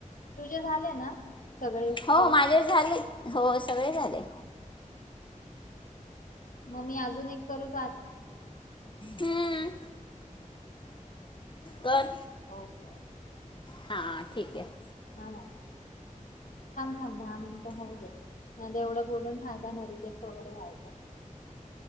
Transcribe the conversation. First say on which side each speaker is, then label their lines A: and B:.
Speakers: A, on the left (about 75°); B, on the left (about 35°).
A: तुझे झाले ना सगळे
B: हो
A: कॉल
B: माझेच झाले हो सगळे झाले
A: मग मी अजून एक करू
B: हम घर
A: ओके
B: हा ठीक आहे
A: हा थांब थांब दहा मिनट होऊ दे नाही एवढा बोलून फायदा ना रिजेक्ट वगैरे व्हायचा